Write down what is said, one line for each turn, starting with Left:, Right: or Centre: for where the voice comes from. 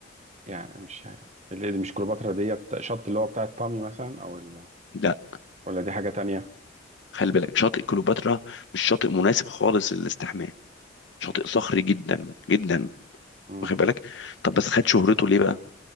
Right: يعني مش شارع اللي دي مش كليوباترا ديت شط اللي هو بتاعت بامي مثلا او ال...
Left: لا
Right: ولا دي حاجة تانية
Left: خلي بالك شاطئ كليوباترا مش شاطئ مناسب خالص للاستحمام شاطئ صخري جدا جدا
Right: امم
Left: واخد بالك طب بس خد شهرته ليه بقى